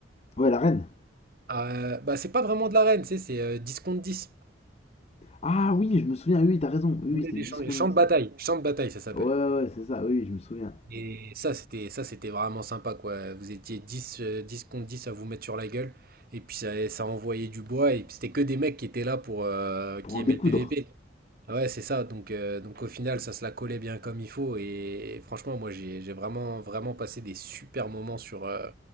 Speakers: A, on the left; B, on the right.
A: Ouais, la reine.
B: Ah, Euh, bah c'est pas vraiment de l'arène, tu sais, c'est euh, 10 contre dix
A: Ah oui, je me souviens, oui, t'as raison. Oui,
B: Goulet
A: oui, c'était
B: des
A: du
B: champs,
A: 10 contre
B: champs
A: 10.
B: de bataille, champs de bataille ça s'appelle.
A: Ouais, ouais, c'est ça, oui, oui, je me souviens.
B: Et ça, c'était ça, c'était vraiment sympa, quoi. Vous étiez 10 euh, 10 contre 10 à vous mettre sur la gueule. Et puis ça, ça envoyait du bois. Et puis c'était que des mecs qui étaient là pour euh, qui
A: Pour en
B: aimaient
A: découdre.
B: le PVP. Ah Ouais, c'est ça. Donc, euh, donc au final, ça se la collait bien comme il faut. Et, franchement, moi, j'ai j'ai vraiment, vraiment passé des super moments sur, euh,